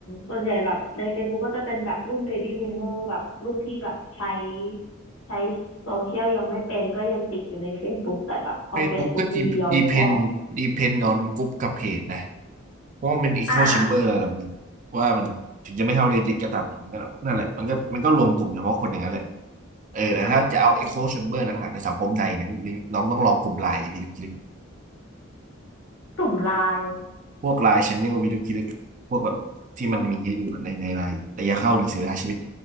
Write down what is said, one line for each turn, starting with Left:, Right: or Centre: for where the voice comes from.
Left: ส่วนใหญ่แบบใน Facebook ก็จะเป็นแบบรุ่นเบบี้บูมเมอร์แบบรุ่นที่แบบใช้ใช้โซเชียลยังไม่เป็นก็ยังติดอยู่ใน Facebook แต่แบบพอ
Right: Facebook
Left: Facebook
Right: ก็
Left: มีเรียวก็
Right: ดีเพนดีเพนออนกรุ๊ปกับเพจนะเพราะว่ามันเป็น Echo
Left: อ่า
Right: Chamber ระดับหนึ้งว่ามันถึงจะไม่เท่า Reddit ก็ตามแต่มันก็นั่นแหละมันก็มันก็รวมกลุ่มเฉพาะคนอย่างนั้นแหละเออแต่ถ้าจะเอา
Left: อ่าใช่
Right: Echo Chamber หนักๆในสังคมไทยเนี่ยนน้องต้องลองกลุ่มไลน์พิลึกพิลึก
Left: กลุ่มไลน์
Right: พวกไลน์ Channel พิลึกพิลึกพวกแบบที่มันมีให้ดูในในไลน์แต่อย่าเข้าเลยเสียเวลาชีวิต
Left: อ๋อ